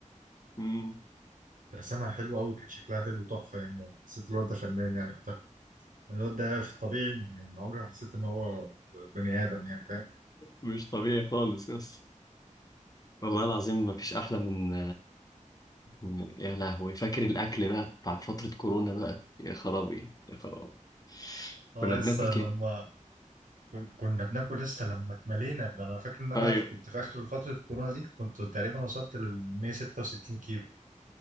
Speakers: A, on the left (about 30°); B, on the right (about 85°).
A: أمم.
B: رسمها حلو قوي كانت شكلها حلو تحفه يعني حسيت الواد ده فنان يعني وقتها الواد ده في الطبيعي يعني عمري ما حسيت ان هو بني ادم يعني فاهم
A: مش طبيعي خالص يا اسطى والله العظيم ما فيش أحلى من من- يا لهوي فاكر الأكل بقى بتاع فترة كورونا بقى يا خرابي يا خرابي كنا
B: اه
A: بناكل
B: لسه لما
A: كده
B: كن- كنا بناكل لسه لما اتملينا ده انا فاكر ان انا
A: أيوه
B: في- كنت في اخر فترة الكورونا دي كنت تقريبا وصلت لل 166 كيلو